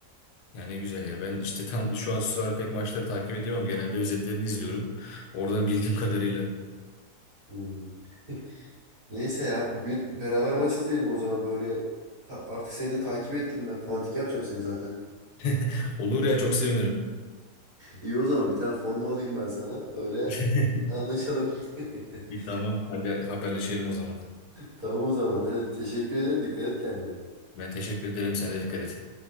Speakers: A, on the left; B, on the right.
A: Ya ne güzel ya. Ben işte tam şu an sıralar pek maçları takip edemem. Genelde özetlerini izliyorum. Oradan bildiğim kadarıyla.
B: Hmm. <laughs> Neyse ya. Bir gün beraber maç izleyelim o zaman. Böyle ta- artık seni de takip ettireyim ben. Fantik yapacağım seni zaten.
A: <laughs> Olur ya çok sevinirim.
B: İyi o zaman bir tane forma alayım ben sana. Öyle
A: <laughs>
B: anlaşalım. <laughs>
A: İyi tamam. Hadi haberleşelim o zaman.
B: Tamam o zaman. Hadi teşekkür ederim. Dikkat et kendine.
A: Ben teşekkür ederim. Sen de dikkat et.